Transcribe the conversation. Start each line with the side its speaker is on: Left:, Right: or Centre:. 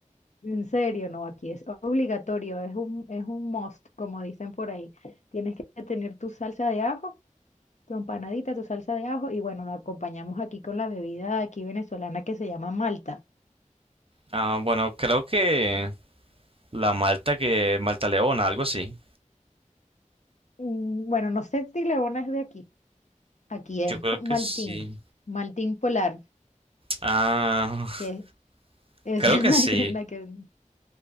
Left: En serio, no, aquí es obligatorio, es un, es un must, como dicen por ahí. Tienes que tener tu salsa de ajo, tu empanadita, tu salsa de ajo, y bueno, la acompañamos aquí con la bebida aquí venezolana que se llama Malta.
Right: Ah, bueno, creo que La Malta que... Malta Leona, algo así.
Left: Mm, Bueno, no sé si Leona es de aquí. Aquí es
Right: Yo creo
Left: po- Maltín,
Right: que sí.
Left: Maltín Polar,
Right: Ah, <laughs>
Left: que es
Right: creo
Left: <laughs>
Right: que
Left: la
Right: sí.
Left: que, la que